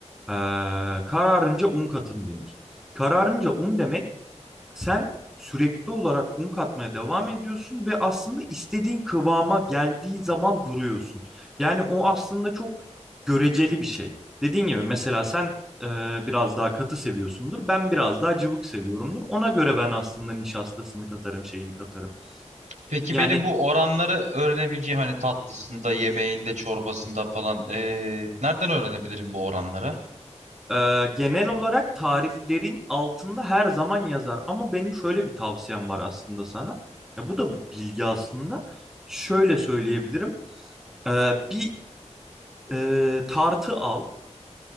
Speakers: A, in the centre; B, on the right.
A: Ee, kararınca un katın denir. Kararınca un demek sen sürekli olarak un katmaya devam ediyorsun ve aslında istediğin kıvama geldiği zaman duruyorsun. Yani o aslında çok göreceli bir şey. Dediğin gibi mesela sen e, biraz daha katı seviyorsundur. Ben biraz daha cıvık seviyorumdur. Ona göre ben aslında nişastasını katarım, şeyini katarım.
B: peki
A: Yani
B: benim bu oranları öğrenebileceğim hani tatlısında, yemeğinde, çorbasında falan ee, nereden öğrenebilirim bu oranları?
A: e, genel olarak tariflerin altında her zaman yazar. Ama benim şöyle bir tavsiyem var aslında sana. Ya bu da bir bilgi aslında. Şöyle söyleyebilirim. Ee, bir e, tartı al,